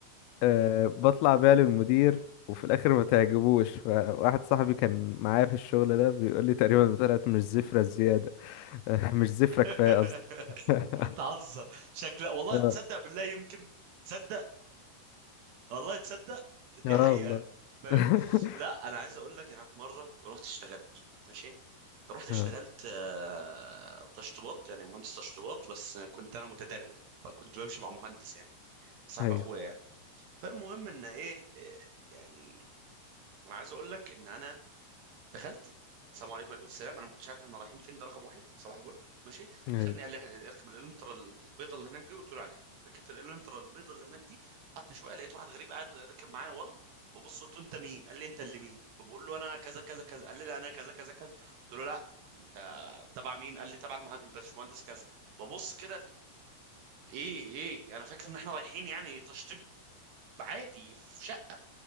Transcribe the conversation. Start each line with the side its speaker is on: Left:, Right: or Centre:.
Left: أه بطلع بيها للمدير وفي الآخر ما تعجبوش فواحد صاحبي كان معايا في الشغل ده بيقول لي تقريبا طلعت مش زفرة زيادة <laughs> أه مش زفرة
Right: <laughs>
Left: كفاية قصدي <laughs>
Right: بتهزر شكلها والله
Left: اه
Right: تصدق بالله يمكن تصدق والله تصدق دي
Left: اه
Right: حقيقة
Left: والله
Right: فاهم
Left: <laughs>
Right: لا انا عايز اقول لك انا في مرة رحت اشتغلت ماشي رحت اشتغلت
Left: اه
Right: آه، تشطيبات يعني مهندس تشطيبات بس كنت انا متدرب فكنت بمشي مع مهندس يعني صاحب
Left: ايوه
Right: اخويا يعني فالمهم ان ايه إيه، يعني انا عايز اقول لك ان انا دخلت السلام عليكم وعليكم السلام انا ما كنتش عارف احنا رايحين فين ده رقم واحد صباح الفل ماشي
Left: ايوه
Right: خدني قال لي احنا اركب الالنترا البيضه اللي هناك دي قلت له عينيا ركبت الالنترا البيضه اللي هناك دي قعدت شويه لقيت واحد غريب قاعد ركب معايا ورا وبص قلت له انت مين قال لي انت اللي مين فبقول له انا كذا كذا كذا قال لي لا انا كذا كذا كذا قلت له لا انت تبع مين قال لي تبع المه- الباشمهندس كذا ببص كده ايه ايه انا فاكر ان احنا رايحين يعني تشطيب عادي في شقه